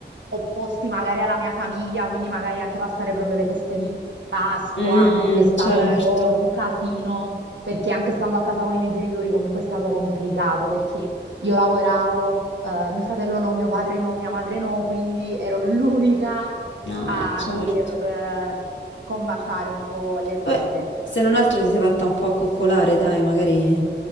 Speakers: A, on the right; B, on the left.
A: opposti magari alla mia famiglia, quindi magari anche passare proprio le feste di Pasqua
B: Mm,
A: è stato
B: certo,
A: un po' un casino, perché anche stando a casa con i miei genitori comunque è stato complicato, perché io lavoravo, eh, mio fratello no, mio padre no, mia madre no, quindi ero l'unica
B: ah,
A: a
B: certo.
A: dover, eh, combaciare un po' le cose.
B: Vabbè, se non altro ti sei fatta un po' accoccolare, dai, magari